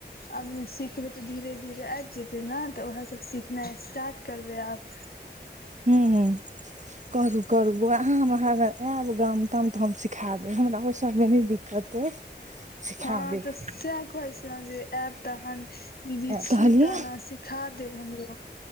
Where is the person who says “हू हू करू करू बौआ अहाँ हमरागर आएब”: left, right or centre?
Right